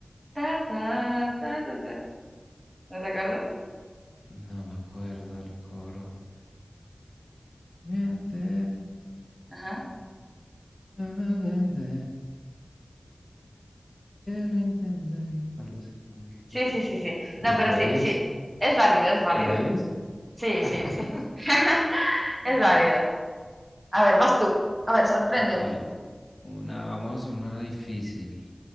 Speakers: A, on the right; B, on the left.
A: ta, ta, ta, ta, ta. ¿No te acuerdas?
B: No me acuerdo el coro. Mientes.
A: Ajá.
B: que lo intenté. Algo así, no me acuerdo.
A: Sí, sí, sí, sí.
B: Pero
A: No,
B: por
A: pero sí,
B: ahí es,
A: sí. Es válido, es válido.
B: por ahí es.
A: Sí,
B: <laughs>
A: sí, sí. <laughs> Es válido. A ver, vas tú. A ver, sorpréndeme.
B: Bueno, una, vamos a hacer una difícil.